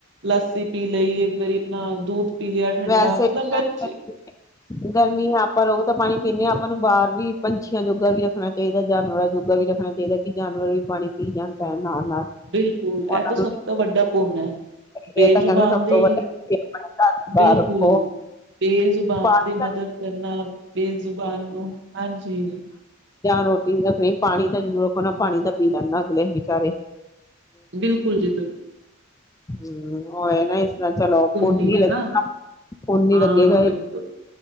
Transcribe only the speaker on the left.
ਵੈਸੇ
ਵੀ <unintelligible>
ਗਰਮੀਆਂ ਆਪ ਆਪਾਂ ਲੋਕ ਤਾਂ ਪਾਣੀ ਪੀਂਦੇ ਹਾਂ ਆਪਾਂ ਨੂੰ ਬਾਹਰ ਵੀ ਪੰਛੀਆਂ ਜੋਗਾ ਵੀ ਰੱਖਣਾ ਚਾਹੀਦਾ ਜਾਨਵਰਾਂ ਜੋਗਾ ਵੀ ਰੱਖਣਾ ਚਾਹੀਦਾ ਕਿ ਜਾਨਵਰ ਵੀ ਪਾਣੀ ਪੀ ਜਾਣ ਟਾਈਮ ਨਾਲ। ਨਾਲ
ਉਹਨਾਂ
ਨੂੰ
ਇਹ ਤਾਂ ਕਹਿੰਦੇ ਸਭ
ਤੋਂ ਵੱਡਾ ਕਿ ਆਪਣੇ ਘਰ ਦੇ
ਬਾਹਰ ਰੱਖੋ
ਪਾਣੀ
ਦਾ
ਯਾਂ ਰੋਟੀ ਨੀ ਰੱਖਣੀ ਪਾਣੀ ਤਾਂ ਜ਼ਰੂਰ ਰੱਖੋ ਨਾ ਪਾਣੀ ਤਾਂ ਪੀ ਲੈਣ ਨਾ ਅਗਲੇ ਵਿਚਾਰੇ।
ਹੂੰ। ਔ ਐ ਨਾ ਇਸ ਨਾਲ ਚਲੋ ਪੁੰਨ
ਈ
ਲਗ ਪੁੰਨ ਈ
ਲੱਗੇਗਾ ਏ